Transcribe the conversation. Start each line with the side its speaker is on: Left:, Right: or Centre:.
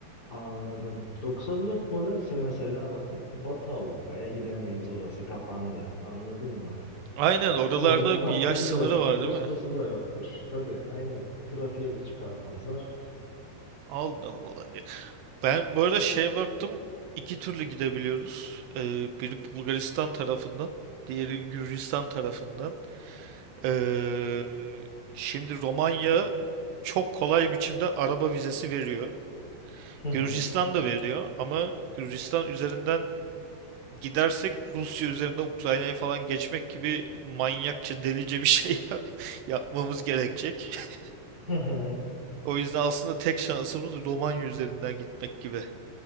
Left: Anladım. 94 modelse mesela bak Batı Avrupa'ya gidemeyiz orası kapandı. Anladın mı?
Right: Aynen oralarda
Left: Orada parçası
Right: bir yaş sınırı
Left: da yoktur,
Right: var
Left: ustası
Right: değil mi?
Left: da yoktur. Tabii aynen. Trafiğe de çıkarmazlar.
Right: Aldın olayı. Ben bu arada şey baktım. iki türlü gidebiliyoruz. Ee, biri Bulgaristan tarafından, diğeri Gürcistan tarafından. Ee, şimdi Romanya çok kolay biçimde araba vizesi veriyor.
Left: Hı hı.
Right: Gürcistan da veriyor ama Gürcistan üzerinden gidersek Rusya üzerinde Ukrayna'yı falan geçmek gibi manyakça delice bir şey <laughs> yapmamız gerekecek. <laughs>
Left: Hı hı.
Right: O yüzden aslında tek şansımız Romanya üzerinden gitmek gibi.